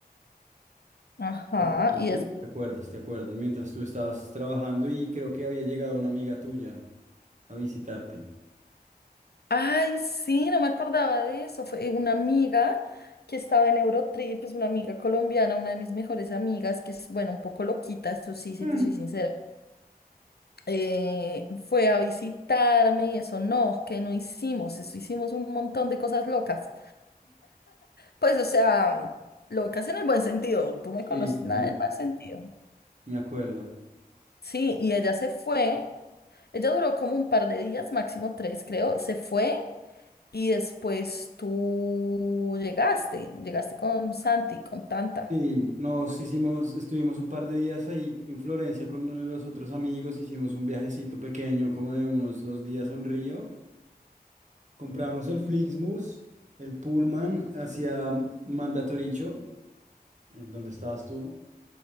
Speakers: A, on the left; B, on the right.
A: Ajá.
B: ¿Te acuerdas,
A: Y
B: no?
A: es.
B: ¿Te acuerdas? ¿Te acuerdas? Mientras tú estabas trabajando y creo que había llegado una amiga tuya a visitarte.
A: Ay, sí, no me acordaba de eso. Fue una amiga que estaba en Eurotrip, es una amiga colombiana, una de mis mejores amigas, que es, bueno, un poco loquita, eso sí, si
B: Mm.
A: te soy sincera. Eh, fue a visitarme y eso no, que no hicimos, eso hicimos un montón de cosas locas. Pues, o sea, locas en el buen sentido, tú me conoces
B: Sí,
A: nada
B: sí,
A: del mal sentido.
B: me acuerdo.
A: Sí, y ella se fue, ella duró como un par de días, máximo tres, creo, se fue y después tú llegaste, llegaste con Santi, con Tanta.
B: Sí, nos hicimos, estuvimos un par de días ahí en Florencia con uno de los otros amigos, hicimos un viajecito pequeño, como de unos dos días a un río. Compramos el Flixbus, el Pullman hacia Mandatoricho, en donde estabas tú.